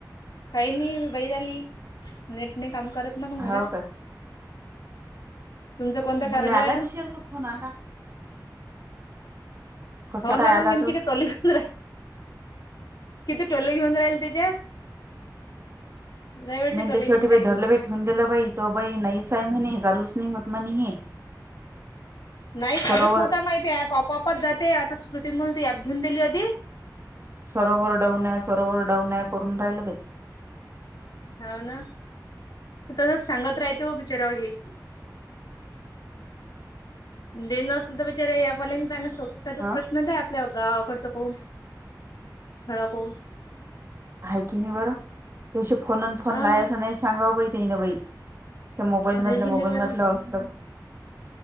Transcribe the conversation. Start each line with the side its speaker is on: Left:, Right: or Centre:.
Left: काही नाही बाैर आली नेटने काम करत ना मग
Right: हो
Left: घरात
Right: काय
Left: तुमचं कोणतं
Right: मुला
Left: कार्ड आहे
Right: आला
Left: तो
Right: विचारत फोन आता कसं
Left: हो ना
Right: काय
Left: मग
Right: आला
Left: मी
Right: तो
Left: किती टोले घेऊन राहील किती टोले घेऊन राहील त्याच्यात लय वेळची
Right: म्हण
Left: टोले
Right: ते शेवटी
Left: घेऊन राहिली
Right: बाई धरलं ब ठेऊून दिल बाई तो बाई नाहीच हाय म्हणे हे चालूच नाय होत म्हणे हे
Left: नाही चालूच
Right: सरोवर
Left: नव्हता माहिती ये ऍप आपआपाचं जाते आता स्मृती मुल ती ऍप घेऊन दिली अधी
Right: सरोवर डाऊन आये सरोवर डाऊन आये करून राहिलं बई
Left: हाव ना तसच सांगत रायत हो बिचारावं हे दे न असल तर बिचारे ऍप वाल्यांची चागलं सोपं सोपं
Right: हा
Left: प्रश्न द्या. त्या गावाकडचं पाहून स्थळ पाहून
Right: हाय की नाय बरं त्यादिवशी फोन न फोन
Left: हा
Right: लायाचं नाही सांगावं बाई ते ना गं बाई त्या मोबाईल मधल
Left: हाय की
Right: मोबाईल
Left: नाही बरं
Right: मधल असतात.